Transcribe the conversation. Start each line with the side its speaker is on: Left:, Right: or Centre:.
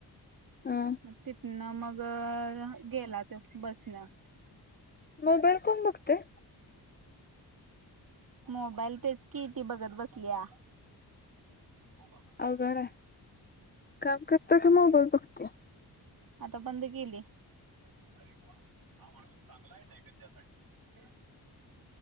Left: हां
Right: मंग तिथंन मंग गेलां तो बसं लां
Left: मोबाईल कोणं बघते?
Right: मोबाईल तेचं कि ती बघतं बसलीयां हो बाबां
Left: अवघडं आहे कामं करतां की मोबाईल बघते
Right: आंता बंद केली हां माणूंस चांगला आहे नैवेद्यासाठी